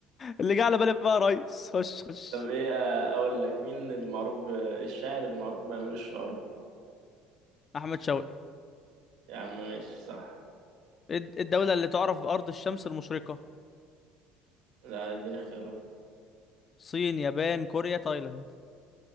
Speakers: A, on the left; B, on the right.
A: اللي جه على بالي بقى يا ريس خش خش
B: طب ايه آه، اقول لك مين المعروف ب- إيه الشاعر المعروف بأمير الشعراء
A: أحمد شوقي
B: يا عم ماشي صح
A: الد- الدولة اللي تعرف بأرض الشمس المشرقة
B: لا اديني اختيارات
A: الصين يابان كوريا تايلاند